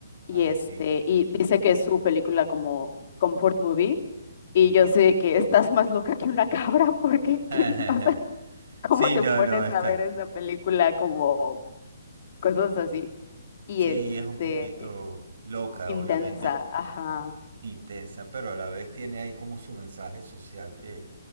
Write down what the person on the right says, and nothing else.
Ah,
sí.
Ujú.
<laughs>
Sí,
no,
no, está.
Sí,
es un poquito loca,
obviamente
intensa, pero a la vez tiene ahí como su mensaje social que,